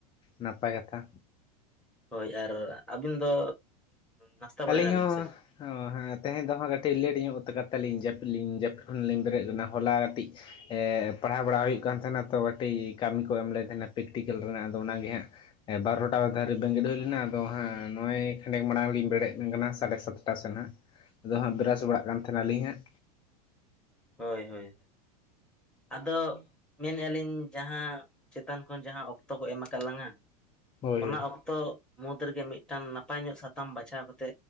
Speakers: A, on the left; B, in the centre.
A: ᱱᱟᱯᱟᱭ ᱠᱟᱛᱷᱟ ᱾
B: ᱦᱳᱭ ᱟᱨ ᱟᱹᱵᱤᱱ ᱫᱚ ᱱᱟᱥᱛᱟ ᱵᱟᱲᱟᱭ
A: ᱟᱹᱞᱤᱧ
B: ᱱᱟᱵᱤᱱ
A: ᱦᱚ
B: ᱥᱮ ᱵᱟᱝ
A: ᱳ ᱦᱮᱸ ᱛᱮᱦᱮᱧ ᱫᱚ ᱦᱟᱸᱜ ᱠᱟᱹᱴᱤᱡ ᱞᱮᱴ ᱧᱚᱜ ᱠᱟᱛᱮ ᱞᱤᱧ ᱡᱟᱹᱯᱤᱫ ᱞᱤᱧ ᱡᱟᱹᱯᱤᱫ ᱠᱷᱚᱱ-ᱞᱤᱧ ᱵᱮᱨᱮᱫ ᱞᱮᱱᱟ ᱦᱚᱞᱟ ᱠᱟᱹᱴᱤᱡ ᱮ ᱯᱟᱲᱦᱟᱣ ᱵᱟᱲᱟ ᱦᱩᱭᱩᱜ ᱠᱟᱱ ᱛᱟᱦᱮᱸᱱᱟ ᱛᱚ ᱠᱟᱹᱴᱤᱡ ᱠᱟᱹᱢᱤ ᱠᱚ ᱮᱢ ᱞᱮᱫ ᱛᱟᱦᱮᱸᱱᱟ ᱯᱮᱠᱴᱤᱠᱮᱞ ᱨᱮᱱᱟᱜ ᱟᱫᱚ ᱚᱱᱟᱜᱮ ᱦᱟᱸᱜ ᱮ ᱵᱟᱨᱚᱴᱟ ᱫᱟᱹᱨᱤᱡ ᱵᱮᱸᱜᱮᱫ ᱦᱩᱭ ᱞᱮᱱᱟ, ᱟᱫᱚ ᱦᱟᱸᱜ ᱱᱚᱜᱼᱚᱭ ᱠᱷᱟᱱᱮᱠ ᱢᱟᱲᱟᱝ ᱞᱤᱧ ᱵᱮᱨᱮᱫ ᱠᱟᱱᱟ ᱥᱟᱲᱮ ᱥᱟᱛᱴᱟ ᱥᱮᱫ ᱦᱟᱸᱜ, ᱟᱫᱚ ᱦᱟᱸᱜ ᱵᱮᱨᱟᱥ ᱵᱟᱲᱟᱜ ᱠᱟᱱ ᱛᱟᱦᱮᱱᱟᱞᱤᱧ ᱦᱟᱸᱜ᱾
B: ᱦᱳᱭ ᱦᱳᱭ, ᱟᱫᱚ ᱢᱮᱱᱮᱜ ᱟᱞᱤᱧ ᱡᱟᱦᱟᱸ ᱪᱮᱛᱟᱱ ᱠᱷᱚᱱ ᱡᱟᱦᱟᱸ ᱚᱠᱛᱚ ᱠᱚ ᱮᱢ ᱟᱠᱟᱫ ᱞᱟᱝᱟ
A: ᱦᱳᱭ
B: ᱚᱱᱟ
A: ᱦᱳᱭ
B: ᱚᱠᱛᱚ ᱛᱚ ᱢᱩᱫᱽ ᱨᱮᱜᱮ ᱢᱤᱫᱴᱟᱝ ᱱᱟᱯᱟᱭ ᱧᱚᱜ ᱥᱟᱛᱟᱢ ᱵᱟᱪᱷᱟᱣ ᱠᱟᱛᱮ